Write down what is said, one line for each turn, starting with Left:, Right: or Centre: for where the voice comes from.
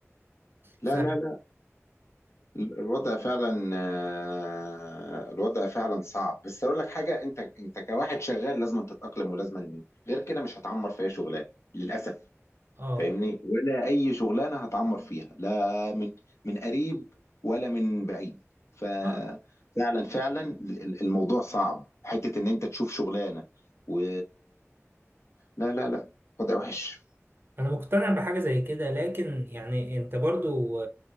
Left: لا
Right: ف
Left: لا ال- الوضع فعلا آه، الوضع فعلا صعب بس اقول لك حاجه انت انت كواحد شغال لازم تتاقلم ولازم غير كده مش هتعمر في اي شغلانه للاسف
Right: اه
Left: فاهمني ولا اي شغلانه هتعمر فيها لا من من قريب ولا من بعيد ففعلا
Right: آه،
Left: فعلا ال- ال- الموضوع صعب حته ان انت تشوف شغلانه و لا لا لا وضع وحش
Right: انا مقتنع بحاجة زي كده لكن يعني انت برضو